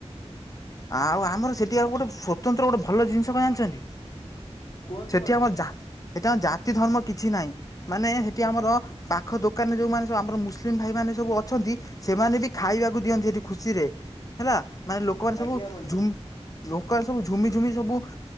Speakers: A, on the left; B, on the left.
A: ଆଉ ଆମର ସେଇଠି ଆଉ ଗୋଟେ ସ୍ୱତନ୍ତ୍ର ଗୋଟେ ଭଲ ଜିନିଷ କଣ ଯାଣିଛନ୍ତି?
B: କୁହନ୍ତୁ
A: ସେଠି
B: ବନ୍ଧୁ
A: ଆମର ଜା ସେଠି ଆମ ଜାତି ଧର୍ମ କିଛି ନାହିଁ। ମାନେ ହେଠି ଆମର ପାଖ ଦୋକାନରେ ଯୋଉମାନେ ସବୁ ଆମର ମୁସଲିମ ଭାଇ ମାନ ସବୁ ଅଛନ୍ତି ସେମାନେ ବି ଖାଇବାକୁ ଦିଅନ୍ତି ସେଠି ଖୁସିରେ ହେଲା ମାନେ ଲୋ ଲୋକମାନେ
B: ଆଜ୍ଞା
A: ସବୁ
B: ବନ୍ଧୁ
A: ଝୁ ଲୋକମାନେ ସବୁ ଝୁମି ଝୁମି ସବୁ